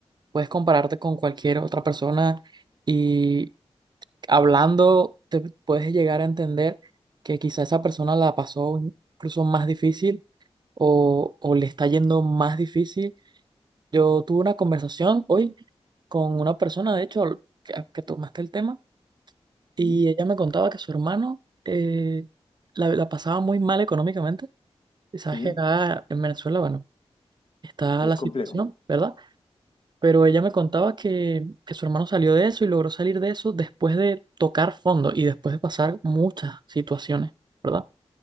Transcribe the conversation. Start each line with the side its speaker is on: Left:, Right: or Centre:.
Right: puedes compararte con cualquier otra persona y hablando te puedes llegar a entender que quizá esa persona la pasó incluso más difícil o, o le está yendo más difícil. Yo tuve una conversación hoy con una persona, de hecho, que, que tomaste el tema, y
Left: ¿sí?
Right: ella me contaba que su hermano eh, la, la pasaba muy mal económicamente. Y sabes
Left: Sí,
Right: que acá en Venezuela, bueno, está
Left: es
Right: la
Left: complejo.
Right: situación, ¿verdad? Pero ella me contaba que, que su hermano salió de eso y logró salir de eso después de tocar fondo y después de pasar muchas situaciones, ¿verdad?